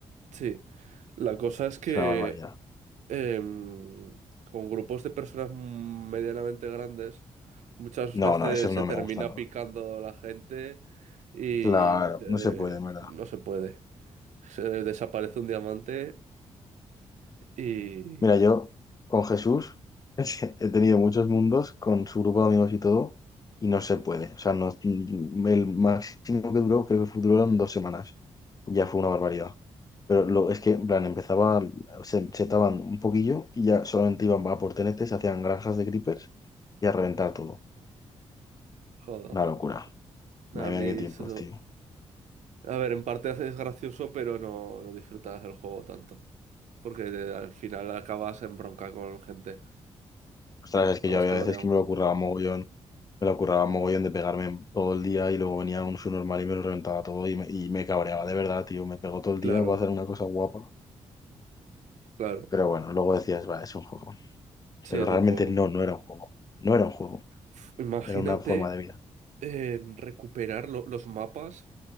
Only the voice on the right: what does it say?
Sí, la cosa es que
em, con grupos de personas mm, medianamente grandes, muchas
veces
se
termina
picando la gente y
eh,
no se puede. Se desaparece un diamante y...
Joder,
a
mí
eso...
A ver, en parte es gracioso, pero no, no disfrutas del juego tanto. Porque de- al final acabas en bronca con gente,
acabas
cabreado.
Claro,
claro.
Sí,
es
un juego.
Uf, Imagínate.
eh, recuperar lo- los mapas